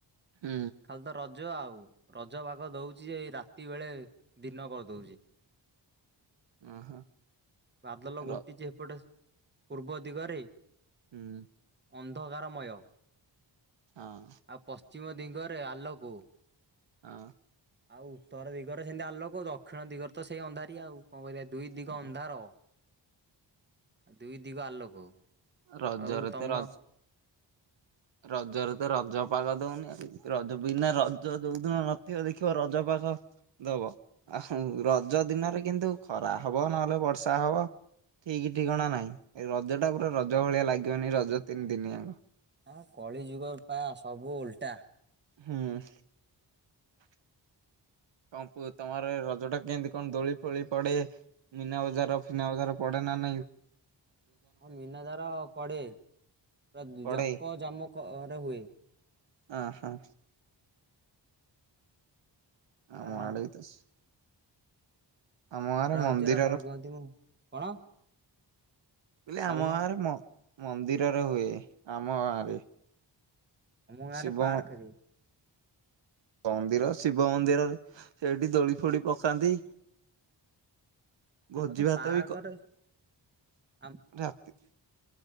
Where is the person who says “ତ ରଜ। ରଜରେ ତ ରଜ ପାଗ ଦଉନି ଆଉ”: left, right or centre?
Right